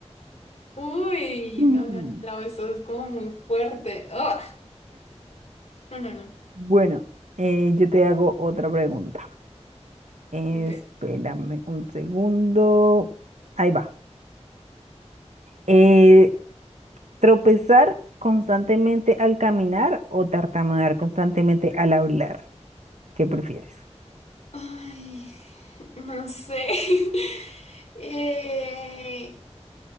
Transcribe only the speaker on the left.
Uy,
no, no, no, la eso es como muy fuerte. Ah, no, no, no.
ok.
Ay, no sé. <laughs> Eh,